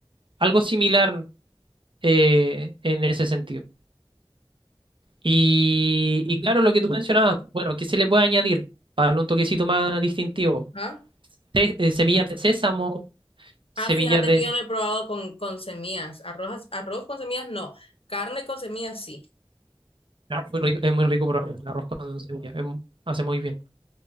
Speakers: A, on the right; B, on the left.
A: algo similar eh, en ese sentido. Y, y claro, lo que tú mencionabas, bueno, ¿qué se le puede añadir para darle un toquecito más distintivo?
B: ajá.
A: Te- eh, semillas de sésamo, semillas
B: Ah, fíjate
A: de...
B: que yo no he probado con, con semillas. Arroz, arroz con semillas no. Carne con semillas sí.
A: no, muy rico- es muy rico probar el arroz con semillas, es mu- hace muy bien.